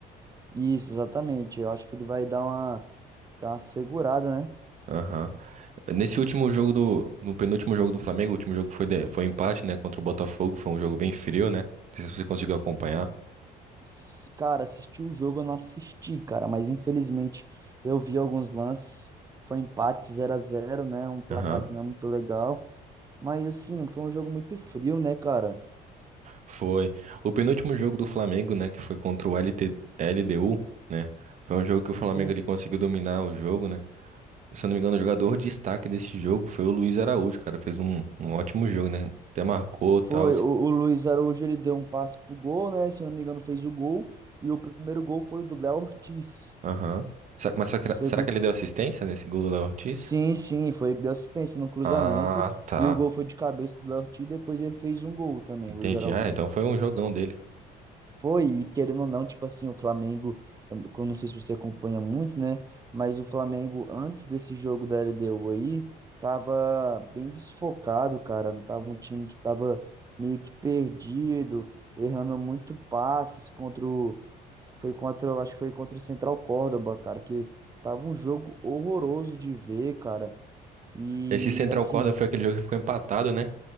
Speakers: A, on the right (about 20°); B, on the right (about 45°).
A: Isso, exatamente. Eu acho que ele vai dar uma, dar uma segurada, né?
B: Aham. Nesse último jogo do, no penúltimo jogo do Flamengo, o último jogo foi, de- foi empate, né, contra o Botafogo, foi um jogo bem frio, né? Não sei se você conseguiu acompanhar.
A: S- Cara, assistir o jogo eu não assisti, cara, mas infelizmente eu vi alguns lances. Foi empate zero a zero né? Um placar
B: Aham.
A: que não é muito legal. Mas assim, foi um jogo muito frio, né, cara?
B: Foi. O penúltimo jogo do Flamengo, né, que foi contra o L L T L D U né? Foi um jogo que o Flamengo
A: Sim.
B: ele conseguiu dominar o jogo, né? Se eu não me engano, o jogador destaque desse jogo foi o Luiz Araújo, cara, fez um, um ótimo jogo, né? Até marcou,
A: Foi.
B: tal.
A: O, o Luiz Araújo ele deu um passe pro gol, né? Se eu não me engano, fez o gol. E o primeiro gol foi o do Léo Ortiz.
B: Aham. Sa- Mas só que-
A: Segundo.
B: será que ele deu assistência nesse gol do Léo Ortiz?
A: Sim, sim, foi ele que deu assistência no cruzamento.
B: Ah, tá.
A: E o gol foi de cabeça do Léo Ortiz. Depois ele fez um gol também,
B: Entendi.
A: o Luiz Araújo.
B: Ah, então foi um jogão dele.
A: Foi, e querendo ou não, tipo assim, o Flamengo, eu não sei se você acompanha muito, né? Mas o Flamengo, antes desse jogo da LDU aí, tava bem desfocado, cara. Não tava um time que tava meio que perdido, errando muito passes contra o. Foi contra, eu acho que foi contra o Central Córdoba, cara, que tava um jogo horroroso de ver, cara. E
B: Esse Central
A: assim.
B: Corda foi aquele jogo que ficou empatado, né?